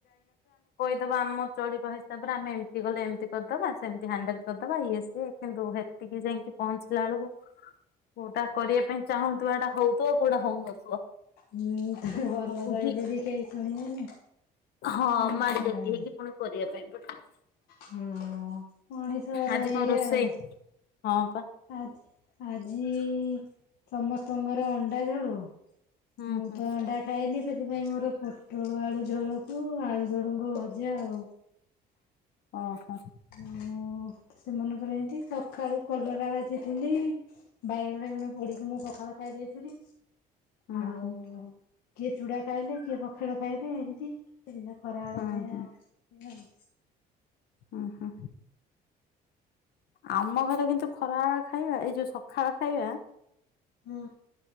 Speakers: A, on the left; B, on the left.
A: ତ ଆମ ଚଳିବା ହିସାବରେ ଆମେ ଏମିତି ଗଲେ ଏମିତି କରିଦବା ସେମିତି ହ୍ୟାଣ୍ଡଲ କରିଦବା ଇଏ ସେ କିନ୍ତୁ ହେତିକି ଯାଇକି ପହଞ୍ଚିଲା ବେଳକୁ କୋଉଟା କରିବା ପାଇଁ ଚାହୁଁଥିବା ଏଟା ହଉଥିବ କୋଉଟା ହଉନଥିବ।
B: ହୁଁ ତମେ
A: ପୁଣି
B: ଭଲ
A: ଆମକୁ
B: କହିଲେ
A: ହିଁ
B: ବି କେହି ଶୁଣିବେନି।
A: ହଁ
B: ଏମିତି
A: ମାଡି ଦେଖି
B: ଆଉ
A: ହେଇକି ପୁଣି କରିବା ପାଇଁ ପଡ଼ିବ।
B: ହଁ ମଣିଶ
A: ଆଜି
B: ଏୟା
A: କଣ ରୋଷେଇ?
B: ଆଉ।
A: ହଁ ପା
B: ଆଜି ଆଜି ସମସ୍ତଙ୍କର ଅଣ୍ଡା ଝଳୁ
A: ହୁଁ
B: ମୁଁ
A: ହୁଁ
B: ତ ଅଣ୍ଡା ଖାଇନି। ସେଥିପାଇଁ ମୋର ପୋଟଳ ଆଳୁ ଝୋଳକୁ ଆଳୁ ଝୁଡୁଙ୍ଗ ଭଜା ଆଉ।
A: ଓହୋ।
B: ଓ ସେମାନଙ୍କର ଏମିତି ସକାଳୁ କଲରା ବାଜିଥିଲି ବାଇଗ ବାଇଗୁଣ ପୋଡିକି ମୁଁ ପଖାଳ ଖାଇ ଦେଇଥିଲି।
A: ହୁଁ
B: ଆଉ
A: ହୁଁ
B: କିଏ ଚୁଡା ଖାଇଲେ କିଏ ପଖେଳ ଖାଇଲେ ଏମତି। ନା ଖରା ବେଳ
A: ହୁଁ
B: ଖାଇବା
A: ହୁଁ।
B: ଏ ଆଉ।
A: ହୁଁ ହୁଁ ଆମ ଘରେ କିନ୍ତୁ ଖରା ଏଳ ଖା ଖାଇବା ଏଇ ଯୋଉ ସଖାଳ ଖାଇବା
B: ହୁଁ।